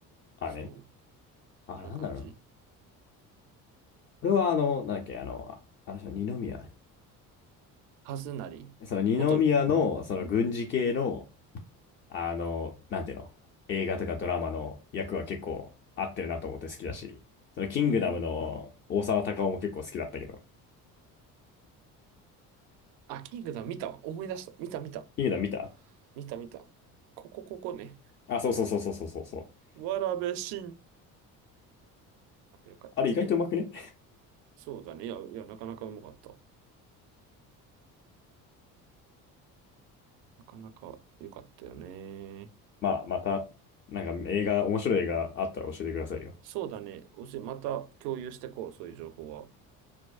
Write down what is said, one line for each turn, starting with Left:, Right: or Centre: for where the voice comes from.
Left: あね。
Right: そう、
Left: あれなんだろうな。
Right: こんな感じ。
Left: これはあの、なんだっけ、あの、ああの人、二宮。
Right: はずなり元、
Left: その二宮の、その軍事系の、
Right: うん
Left: あの、なんていうの、映画とかドラマの役は結構合ってるなと思って好きだし、そのキングダムの大沢たかおも結構好きだったけど、
Right: うん。あ、キングダム見たわ。思い出した。見た見た。
Left: キングダム見た
Right: 見た見た。ここここね。
Left: あ、そうそうそうそうそうそうそう。
Right: わべしんあとよかったですね。
Left: あれ意外とうまくね
Right: そうだね。いや、いや、なかなかうまかった。なかなか良かったよね。
Left: <laughs> まあ、また、なんか映画、面白い映画あったら教えてくださいよ。
Right: そうだね。おし、また共有してこう。そういう情報は。